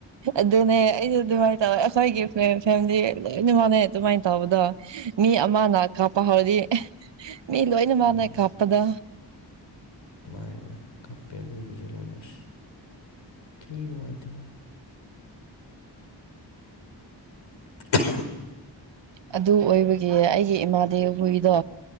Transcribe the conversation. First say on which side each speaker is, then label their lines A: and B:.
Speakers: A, on the right (about 75°); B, on the left (about 85°).
A: ꯑꯗꯨꯅꯦ ꯑꯩꯁꯨ ꯑꯗꯨꯃꯥꯏꯅ ꯇꯧꯋꯦ ꯑꯩꯈꯣꯏꯒꯤ ꯐꯦꯃꯤꯂꯤ ꯂꯣꯏꯅꯃꯛꯅꯦ ꯑꯗꯨꯃꯥꯏꯅ ꯇꯧꯕꯗꯣ꯫ ꯃꯤ ꯑꯃꯅ ꯀꯥꯞꯄ ꯍꯧꯎꯔꯗꯤ ꯃꯤ ꯂꯣꯏꯅꯃꯛꯅ
B: ꯎꯝ
A: ꯀꯞꯄꯗꯣ꯫
B: ꯃꯥꯅꯦ ꯃꯥꯅꯦ ꯀꯞꯄꯦ ꯑꯈꯣꯏꯒꯤꯁꯨ ꯂꯣꯏꯅꯣ ꯑꯁ ꯊꯤ ꯅꯨꯡꯉꯥꯏꯇꯕꯅꯦ꯫ <unintelligible>
A: ꯑꯗꯨ ꯑꯣꯏꯕꯒꯤ ꯑꯩꯒꯤ ꯏꯃꯥꯗ ꯍꯨꯏꯗꯣ꯫